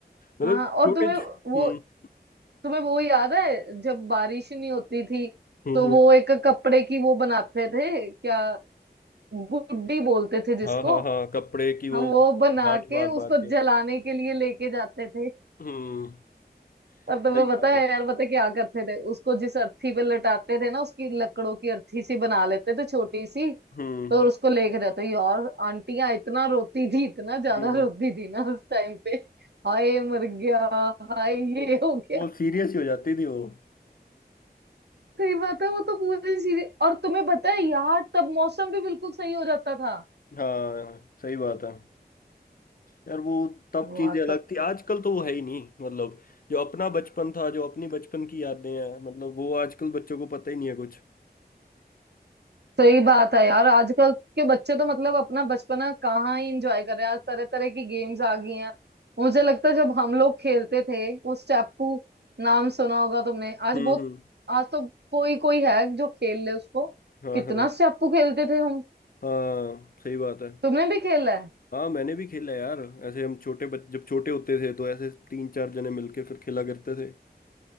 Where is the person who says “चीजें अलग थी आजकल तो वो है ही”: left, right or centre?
Left